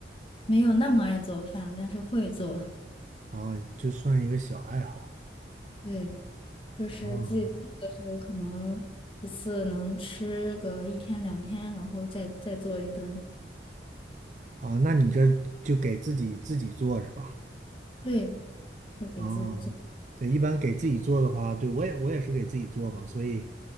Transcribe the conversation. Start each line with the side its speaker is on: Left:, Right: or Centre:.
Left: 没有那么爱做饭，但是会做。
Right: 啊，就算一个小爱好。
Left: 对。就是自己做的时候，
Right: 哦，
Left: 可能一次能吃个一天两天，然后再再做一顿。
Right: 啊，那你这就给自己自己做是吧？
Left: 对，会给自己做。
Right: 哦，对，一般给自己做的话，对，我也我也是给自己做嘛，所以